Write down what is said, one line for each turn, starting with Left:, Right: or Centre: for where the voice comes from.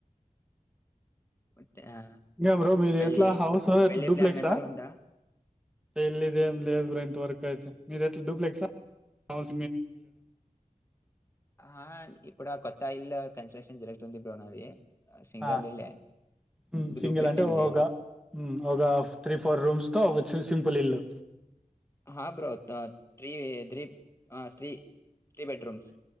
Left: బట్ ఆహ్,
Centre: ఎ బ్రో మీరు
Left: పెళ్లి
Centre: ఎట్లా హౌస్ ఎలా
Left: పెళ్లి
Centre: డూప్లెక్స్
Left: ప్లాన్ ఏమైనా
Centre: ఆ
Left: ఉందా?
Centre: ఇల్ ఇదే లే బబ్రో ఇంత వరకు యితే మీది ఎట్లా డూప్లెక్సా అవును
Left: ఆ ఇప్పుడు కొత్త ఇల్లు కన్స్ట్రక్షన్ జరుగుతుంది బ్రో నాది సింగిల్
Centre: ఆ
Left: ఇల్లే.
Centre: హ్మ్మ్ సింగిల్
Left: డూప్లెక్స్
Centre: అంటే
Left: ఏం
Centre: ఒక
Left: లేదు.
Centre: ఒక ఒక త్రీ ఫోర్ రూమ్స్ తో ఒక సింపుల్ ఇల్లు
Left: హ బ్రోత్ త్రీ త్రీ ఆ త్రీ త్రీ బెడ్ రూమ్స్